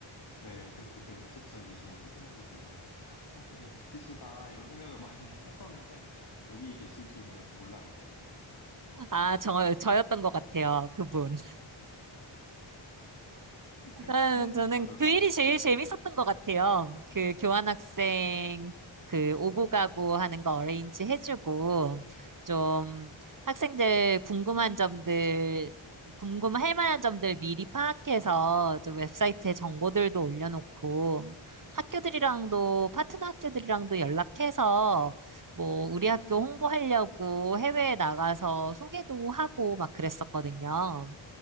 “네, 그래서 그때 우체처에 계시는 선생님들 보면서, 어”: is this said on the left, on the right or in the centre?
Left